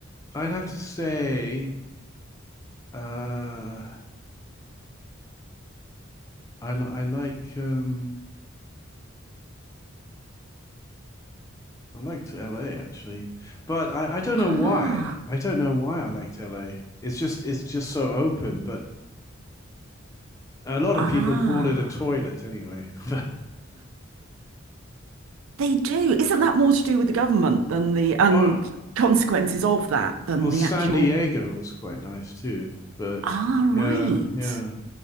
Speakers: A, on the left; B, on the right.
A: I'd have to say Uh, I li I like um I liked LA actually, but I I don't
B: Ah,
A: know why. I don't know why I liked LA. It's just it's just so open, but a lot
B: ah,
A: of people call it a toilet anyway. <laughs>
B: they do. Isn't that more to do with the government than the and
A: Or,
B: consequences of that than
A: or
B: the
A: San
B: actual?
A: Diego was quite nice too, but
B: Ah,
A: yeah,
B: right.
A: yeah.